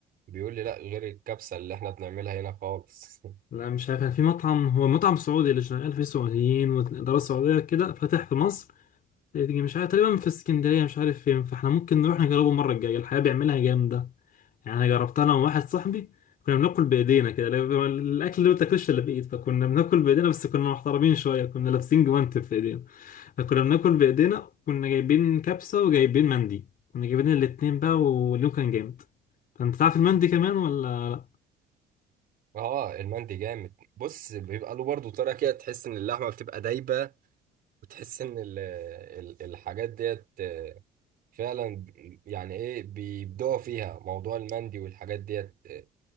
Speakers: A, on the right; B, on the left.
A: بيقول لي لا غير الكبسة اللي إحنا بنعملها هنا خالص
B: لا مش عارف كان في مطعم هو مطعم سعودي اللي شغال فيه سعوديين والإدارة السعودية كده فاتح في مصر تيجي مش عارف تقريبا في اسكندرية مش عارف فين فاحنا ممكن نروح نجربه المرة الجاية الحقيقة بيعملها جامدة يعني أنا جربتها أنا وواحد صاحبي كنا بناكل بإيدينا كده لا- الأكل اللي ما بتاكلش إلا بإيد فكنا بناكل بإيدينا بس كنا محترمين شوية كنا لابسين جوانتي في إيدينا فكنا بناكل بايدينا كنا جايبين كبسه وجايبين مندي كنا جايبين الاتنين بقى واليوم كان جامد فانت تعرف المندي كمان ولا
A: اه المندي جامد بص بيبقى له برضه طريقه كده تحس ان اللحمه بتبقى دايبه وتحس ان ال ال الحاجات ديت آه، فعلا ب- يعني ايه بيبدعوا فيها موضوع المندي والحاجات ديت آه،